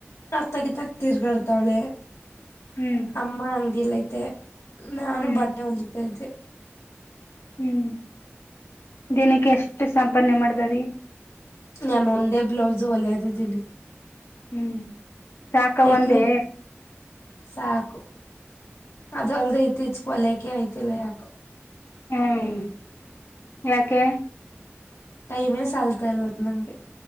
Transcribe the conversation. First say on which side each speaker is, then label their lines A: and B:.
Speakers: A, on the left; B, on the left.
A: ಅ ತಗಿ ತಗ ತಿರ್ಗಾಡ್ತಾವಳೆ
B: ಹ್ಮ್
A: ಅಮ್ಮ ಅಂಗಡಿಲ್ಲೈತೆ ನಾನು
B: ಹ್ಮ್
A: ಬಟ್ಟೆ ಹೊಲಿದ್ದತೆ
B: ಹ್ಮಞ ದಿನಕ್ಕೆ ಎಷ್ಟು ಸಂಪಾದನೆ ಮಾಡಿದ ರೀ
A: ನಾನು ಒಂದೇ ಬ್ಲೌಸ್ು ಒಳ್ಳೆಯದು ತಿಲಿಕ್ಕೆ
B: ಹ್ಮ್ ಸಾಕ
A: ಯಾಕೆ
B: ಒಂದೇ
A: <inaudible> ಸಾಕು ಅದ ಅಲ್ದ ಇತ್ತೀಚ್ ಕೊಲಕೆ ಹೋಲಿಯಕ್ಕೆ ಯಾಕು
B: ಹ್ಮ್ ಯಾಕೆ
A: ಟೈಮೇ ಸಲ್ತಾಲ್ಲ ನಂಗೆ